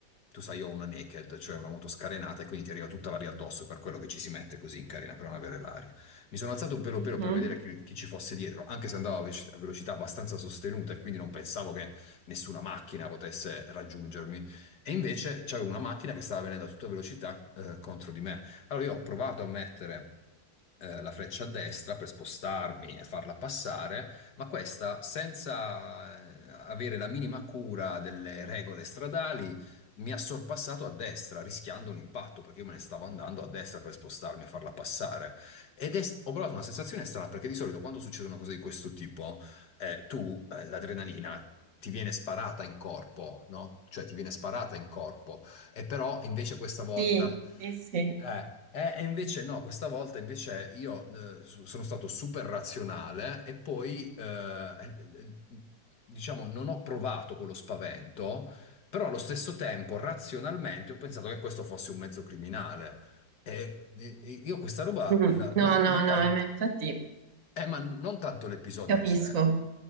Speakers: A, on the left; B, on the right.
A: Tu sai, io ho una naked, cioè una moto scarenata, e quindi ti arriva tutta l'aria addosso, per quello che ci si mette così in carena per non avere l'aria. Mi sono alzato un pelo
B: mhm.
A: pelo per vedere chi, chi ci fosse dietro, anche se andavo a ve- a velocità abbastanza sostenuta e quindi non pensavo che nessuna macchina potesse raggiungermi. E invece c'avevo una macchina che stava venendo a tutta velocità eh, contro di me. Allora io ho provato a mettere eh, la freccia a destra per spostarmi e farla passare, ma questa, senza eh, avere la minima cura delle regole stradali, mi ha sorpassato a destra, rischiando un impatto, perché io me ne stavo andando a destra per spostarmi e farla passare. Ed è- ho provato una sensazione strana, perché di solito quando succede una cosa di questo tipo, eh, tu eh, l'adrenalina ti viene sparata in corpo, no? Cioè ti viene sparata in corpo. E però invece questa volta...
B: Sì, sì, sì.
A: Eh, eh, e invece no, questa volta invece io eh, su- sono stato super razionale e poi, eh, eh, eh, diciamo, non ho provato quello spavento, però allo stesso tempo razionalmente ho pensato che questo fosse un mezzo criminale. E, e- e io questa roba,
B: Mm,
A: la- non,
B: No, no,
A: non tan-
B: no, ma infatti
A: eh, ma non tanto l'episodio
B: capisco.
A: in sé.